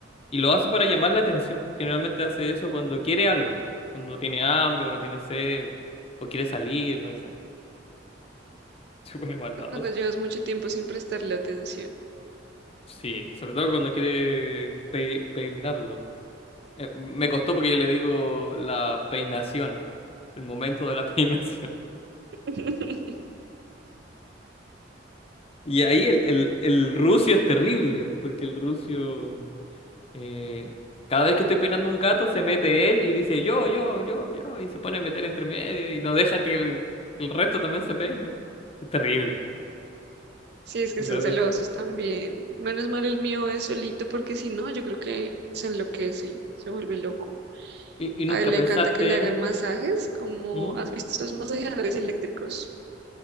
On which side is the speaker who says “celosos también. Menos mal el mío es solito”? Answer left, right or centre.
Right